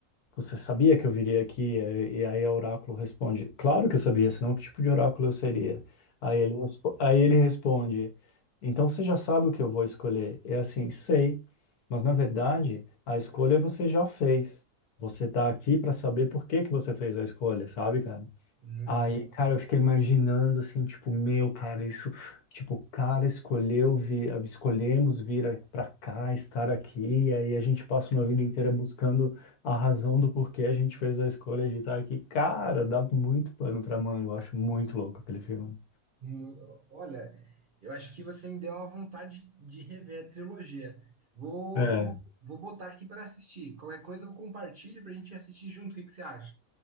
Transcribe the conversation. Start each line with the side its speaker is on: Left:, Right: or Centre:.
Left: Você sabia que eu viria aqui? E e aí o oráculo responde: Claro que eu sabia, senão que tipo de oráculo eu seria? Aí ele, respo- aí ele responde: Então você já sabe o que eu vou escolher? É assim, sei, mas na verdade a escolha você já fez. Você está aqui para saber por que que você fez a escolha, sabe, cara?
Right: Muito
Left: Aí,
Right: bom.
Left: cara, eu fiquei imaginando assim, tipo, meu, cara, isso, tipo, o cara escolheu vir, escolhemos vir a- pra cá, estar aqui, e aí a gente passa uma vida inteira buscando a razão do porquê a gente fez a escolha de estar aqui. Cara, dá muito pano pra manga, eu acho muito louco aquele filme.
Right: Mu- Olha, eu acho que você me deu uma vontade de rever a trilogia. Vou,
Left: É.
Right: vou, vou botar aqui para assistir. Qualquer coisa eu compartilho para a gente assistir junto. O que que você acha?